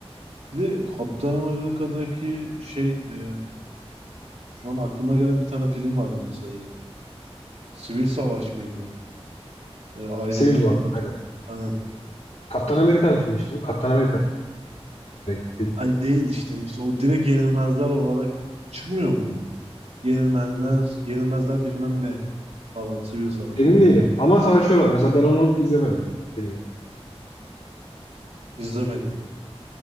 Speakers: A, on the right; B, on the left.
A: Bir de Kaptan Amerika'daki şey e, şu an aklıma gelen bir tane film vardı mesela. yeni. Sivil Savaş mıydı? E, Iron
B: Civil
A: Man'a
B: War.
A: karşı.
B: Aynen.
A: Ha.
B: Kaptan Amerika'nın filmi işte o. Kaptan Amerika. Direkt film.
A: Ay değil işte. İşte o direkt yenilmezler olarak çıkmıyor muydu? Yenilmez, yenilmezler bilmem ne falan. Sivil Savaş
B: Emin
A: yenilmezler.
B: değilim. Ama savaşıyorlar. Mesela ben onu izlemedim. O filmi.
A: İzlemedim.